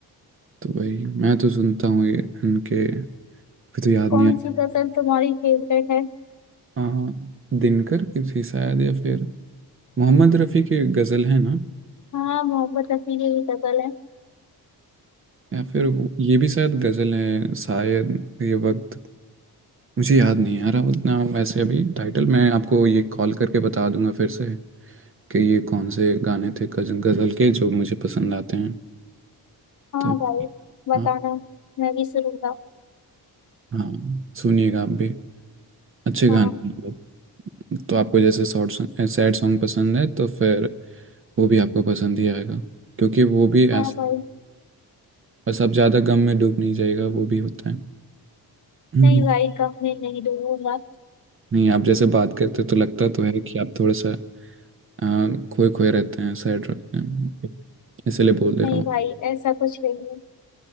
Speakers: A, on the right; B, on the left.
A: तो वही मैं तो सुनता हूँ ये उनके फिर तो याद
B: कौन
A: नहीं आ
B: सी गजल तुम्हारी फेवरेट है
A: आ, दिनकर की थी शायद या फिर मोहम्मद रफ़ी की गज़ल है ना
B: हाँ मोहम्मद रफी की भी गजल है
A: या फिर वो ये भी शायद गज़ल है शायद ये वक्त मुझे याद नहीं आ रहा उतना वैसे अभी टाइटल मैं आपको ये कॉल करके बता दूंगा फिर से कि ये कौन से गाने थे गजल गजल के जो मुझे पसंद आते हैं
B: हाँ
A: तो
B: भाई बताना
A: हाँ
B: मैं भी सुनूंगा
A: हाँ सुनिएगा आप भी अच्छे गाने
B: हाँ
A: हैं बहुत। तो आपको जैसे शॉर्ट सैड सॉन्ग पसंद है तो फिर वो भी आपको पसंद ही आएगा क्योंकि वो भी ऐस-
B: हाँ भाई
A: बस आप ज़्यादा गम में डूब नहीं जाएगा वो भी होता है हम्म।
B: नहीं भाई कब मैं नहीं डूबूंगा
A: नहीं आप जैसे बात करते तो लगता तो है कि आप थोड़ा सा आ, खोए खोए रहते हैं सैड रहते हैं इसलिए बोल दे
B: नहीं
A: रहा हूँ
B: भाई ऐसा कुछ नहीं है